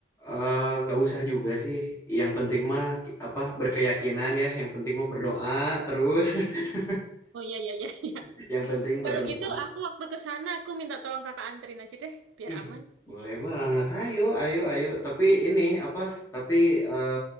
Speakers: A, on the left; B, on the right.
A: eh, nggak usah juga sih. Yang penting mah apa berkeyakinan ya. Yang penting mah berdoa terus. <laughs>
B: Oh iya iya iya iya.
A: Yang penting
B: Kalau
A: berdoa.
B: gitu aku waktu ke sana aku minta tolong kakak anterin aja deh biar
A: Ih,
B: aman.
A: boleh banget. Ayo, ayo, ayo. Tapi ini apa? Tapi eh,